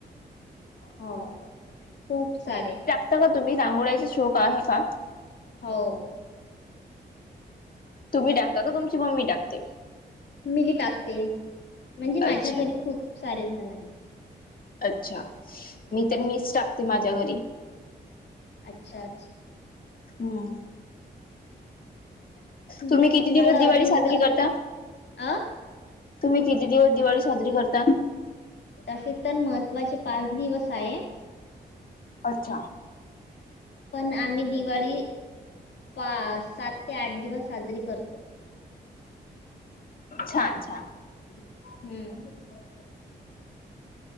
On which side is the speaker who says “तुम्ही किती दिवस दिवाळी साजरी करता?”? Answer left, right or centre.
Left